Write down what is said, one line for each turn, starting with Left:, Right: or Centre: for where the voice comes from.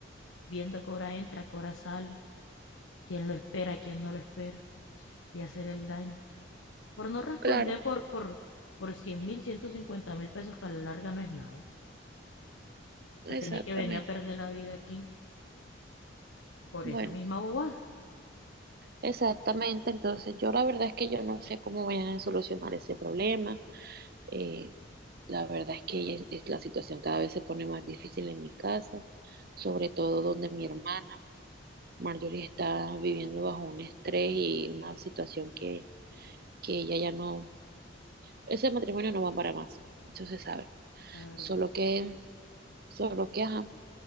Left: viendo a qué hora entra, a qué hora sale, quién lo espera, quién no lo espera y hacerle el daño? Por no responder
Right: claro,
Left: por, por, por cien mil, ciento cincuenta mil pesos que a la larga no es nada,
Right: exactamente.
Left: a tener que venir a perder la vida aquí por
Right: Bueno,
Left: esa misma bobada,
Right: exactamente. Entonces, yo la verdad es que yo no sé cómo vayan a solucionar ese problema. Eh, la verdad es que ya es- la situación cada vez se pone más difícil en mi casa, sobre todo donde mi hermana Marjorie está viviendo bajo un estrés y una situación que, que ella ya no, ese matrimonio no va para más, eso se sabe.
Left: la
Right: Solo
Left: verdad.
Right: que, solo que, ajá,